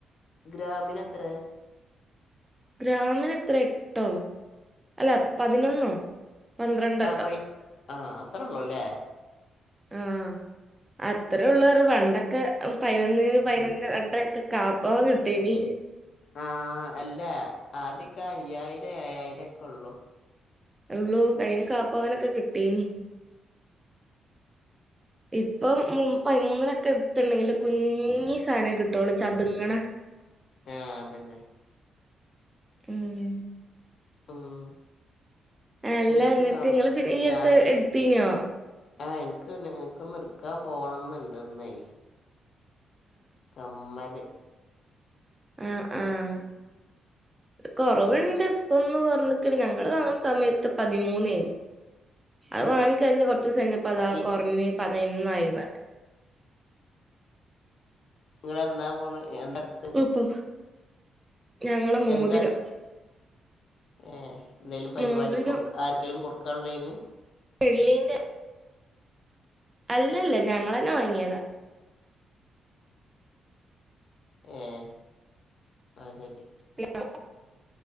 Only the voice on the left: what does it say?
ഗ്രാമീന് എത്രെ?
ആ വൈറ്റ് ആ അത്രേ ഉള്ളല്ലേ
ആ അല്ല ആദ്യക്കാ അയ്യായിരം ഏയായിരക്കെള്ളൂ
ആഹ അതന്നെ.
ഉം
എനിക്കൊരു
കാ
ഞാൻ
ആ എനിക്ക് നിങ്ങൾക്ക് നിർക്കാൻ പോകണം ന്നുണ്ടെന്നേ കമ്മല്
അപ്പൊ
ഈ
ഈ
നിങ്ങളെന്നാ പോണ് എന്തടത്ത്
എന്താ ഏ എന്തേലും പരിപാടിക്കൊടുക്ക
ആർക്കേലും കൊടുക്കാള്ളേന്ന്.
ഏഹ് അഹ് സരി.